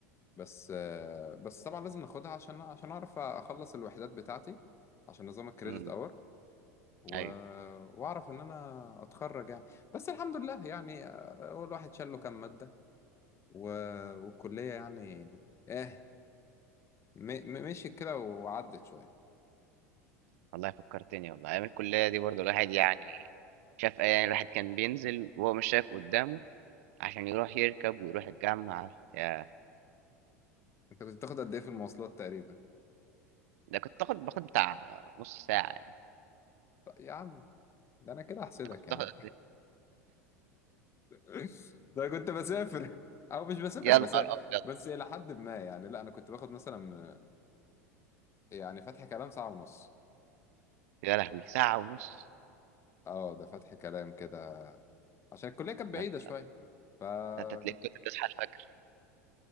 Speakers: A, on the left; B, on the right.
A: بس آه، بس طبعا لازم ناخدها عشان عشان اعرف اخلص الوحدات بتاعتي عشان نظام الكريدت
B: إمم،
A: اور و...
B: أيوه.
A: واعرف ان انا اتخرج يعني بس الحمد لله يعني آه، هو الواحد شال له كام مادة و... والكلية يعني اه م... م- مشيت كده وعدت شوية
B: والله فكّرتني والله، أيام الكلية دي برضه الواحد يعني شاف أي الواحد كان بينزل وهو مش شايف قُدّامه عشان يروح يركب ويروح الجامعة، ياه!
A: انت كنت بتاخد قد ايه في المواصلات تقريبا
B: ده كنت باخد باخد بتاع نص ساعة يعني
A: طيب يا عم ده انا كده احسدك
B: انت كنت بتاخد
A: يا عم
B: قد ايه؟
A: <laughs> ده أنا كنت بسافر او مش بسافر
B: يا
A: بسافر
B: نهار أبيض
A: بس الى حد ما يعني لا انا كنت باخد مثلا يعني فتح كلام ساعة ونص
B: يا لهوي ساعة ونص
A: اه ده فتح كلام كده عشان الكلية كانت بعيدة
B: ده انت
A: شوية فمش
B: أنت تلاقيك كنت بتصحى الفجر